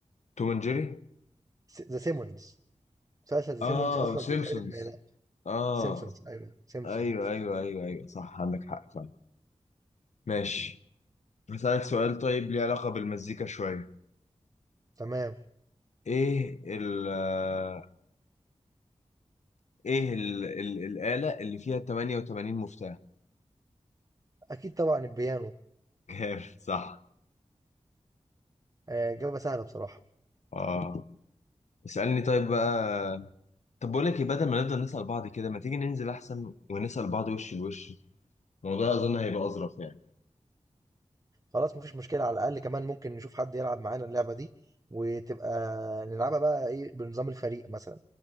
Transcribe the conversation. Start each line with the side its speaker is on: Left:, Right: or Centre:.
Left: توم اند جيري
Right: ذا سيمونز مسلسل ذا
Left: آه
Right: سيمونز أصلا
Left: سيمبسونز
Right: بيتعرض من
Left: آه
Right: سيمسونز أيوه سيمسونز
Left: أيوه أيوه أيوه أيوه صح عندك حق فعلا ماشي هسألك سؤال طيب ليه علاقة بالمزيكا شوية
Right: تمام
Left: إيه ال آه، إيه ال ال الآلة اللي فيها 88 مفتاح؟
Right: أكيد طبعا البيانو
Left: جامد صح
Right: آه، إجابة سهلة بصراحة
Left: اه اسألني طيب بقى طب بقول لك إيه، بدل ما نفضل نسأل بعض كده ما تيجي ننزل احسن ونسأل بعض وش لوش الموضوع اظن هيبقى اظرف يعني
Right: خلاص مفيش مشكلة على الأقل كمان ممكن نشوف حد يلعب معانا اللعبة دي وتبقى نلعبها بقى إيه بنظام الفريق مثلا